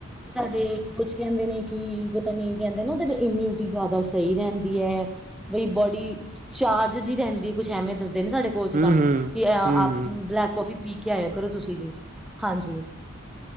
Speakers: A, in the centre; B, on the right.
A: ਸਾਡੇ ਕੋਚ ਕਹਿੰਦੇ ਨੇ ਕਿ ਪਤਾ ਨੀ ਕਹਿੰਦੇ ਨਾ ਉਹ ਇਮਿਊਨਿਟੀ ਜ਼ਿਆਦਾ ਸਹੀ ਰਹਿੰਦੀ ਹੈ। ਬਈ ਬੋਡੀ ਚਾਰਜ ਜਿਹੀ ਰਹਿੰਦੀ ਹੈ ਕੁਛ ਐਵੇਂ ਦੱਸਦੇ ਨੇ ਸਾਡੇ। ਸੋਚ
B: ਹੂੰ
A: ਤਾਂ,
B: ਹੂੰ ਹੂੰ
A: ਕਿ ਆਪ
B: ਹੂੰ
A: ਬਲੈਕ ਕੌਫੀ ਪੀ ਕੇ ਆਇਆ ਕਰੋ ਤੁਸੀਂ ਜੀ। ਹਾਂਜੀ।